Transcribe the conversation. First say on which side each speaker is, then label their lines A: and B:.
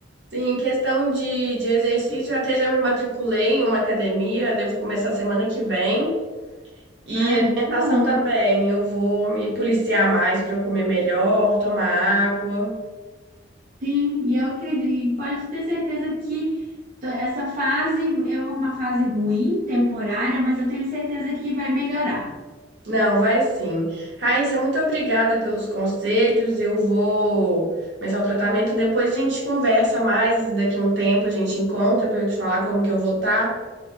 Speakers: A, on the right; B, on the right.
A: Sim, em questão de, de exercício, eu até já me matriculei em uma academia, devo começar semana que vem. E
B: Ai,
A: alimentação
B: muito bom.
A: também, eu vou me policiar mais para comer melhor, tomar água.
B: Sim, e eu acredito, e pode ter certeza que to- essa fase é uma fase ruim, temporária, mas eu tenho certeza que vai melhorar.
A: Não, vai sim. Raíssa, muito obrigada pelos conselhos. Eu vou começar o tratamento. Depois a gente conversa mais. Daqui a um tempo a gente encontra para eu te falar como que eu vou estar.